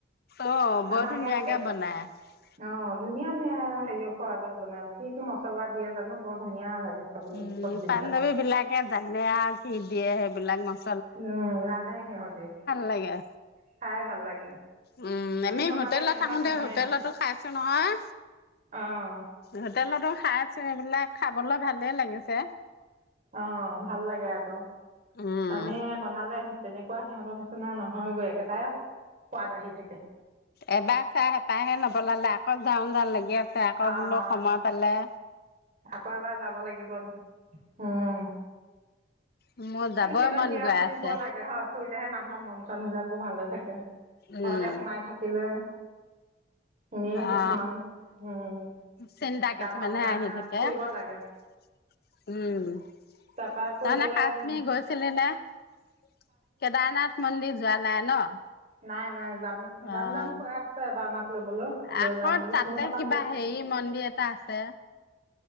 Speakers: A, on the left; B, on the right.
A: অ
B: আমাৰ
A: বৰ ধুনীয়াকে
B: ইয়াত
A: বনাই।
B: অ ধুনীয়া ধুনীয়া। হেৰিও সোৱাদত বনাই কি কি মছলা দিয়ে জানো। বৰ ধুনীয়া লাগে। খাবলৈ
A: উম
B: চব্জিবিলাক
A: পাঞ্জৱী বিলাকে জানে আৰু কি দিয়ে সেইব। বিলাক মচবুত।
B: উম জানে সিহঁতি
A: লাগে
B: খাই ভাল লাগে।
A: উম আমি
B: বনালে
A: হোটেলত
B: তেনেকুৱা
A: থাকোতে
B: নহয়ে
A: হোটেলতো খাইছো নহয়।
B: অ'
A: হোটেলতো খাই চো সেইবিলাক খাবলৈ ভালে লাগিছে।
B: অ ভাল লাগে আকৌ
A: উম
B: আমি বনালে তেনেকুৱা। সিহঁতৰ নিচিনা নহয়গৈ একেটাই সোৱাদ আহি থাকে।
A: এবাৰ চাই হেপাহহে নপলালে আকৌ যাও যাও লাগি আছে। তাকে
B: অ'
A: বোলো সময় পালেই
B: আকৌ এবাৰ যাব লাগিব উম
A: মোৰ যাবই
B: তেনেকে
A: মন গৈ
B: ফুৰিব
A: আছে
B: লাগে হয় ফুৰিলেহে মানুহ মন চন বিলাকো ভালে থাকে।
A: উম
B: ঘৰতে সোমাই থাকিলে। এনেই কিছুমান
A: অ
B: উম
A: চিন্তা কিছুমানহে
B: ভাৱনা
A: আহি
B: আহে
A: থাকে।
B: ফুৰিব
A: এ
B: লাগে
A: উম
B: তাৰপৰা ফুৰি
A: তাৰমানে
B: পেলাই
A: কাশ্মীৰ
B: উম
A: গৈছিলি নে অ কেদাৰনাথ মন্দিৰ যোৱা নাই ন
B: নাই নাই যাম যাম
A: অ'
B: যাম কৈ আছে এবাৰ আমাক লবলৈ
A: আকৌ
B: লৈ যাম বুলি
A: তাতে
B: চিনু পাপাক
A: কিবা
B: গৈছে
A: হেৰি মন্দিৰ এটা আছে